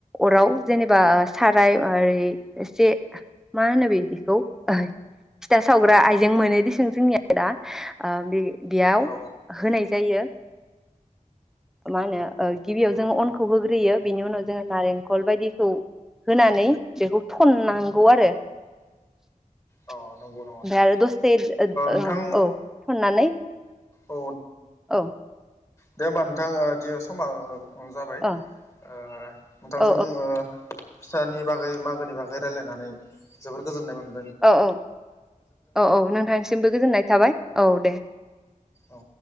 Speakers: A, in the centre; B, on the left (about 25°).
A: अराव जेनेबा साराय ओरै एसे मा होनो बिदिखौ फिथा सावग्रा आइजें मोनोदिसों जोंनिया दा अओ बे बेयाव
B: औ
A: होनाय जायो मा होनो अ गिबियाव जों अनखौ होग्रोयो बिनि उनाव जोङो नारेंखल बायदिखौ होनानै बेखौ थननांगौ आरो ओमफ्राय
B: औ नंगौ नंगौ नोंथां
A: आरो दसे औ
B: नोंथां
A: औ थननानै
B: औ
A: औ।
B: दे होमबा नोंथां दिनै समा ओ अ जाबाय
A: औ
B: ओ नोंथांजों
A: औ
B: ओ फिथानि बागै मागोनि बागै रायलायनानै जोबोर गोजोननाय मोन
A: औ औ औ औ नोंथांनिसिमबो गोजोननाय थाबाय औ दे।
B: औ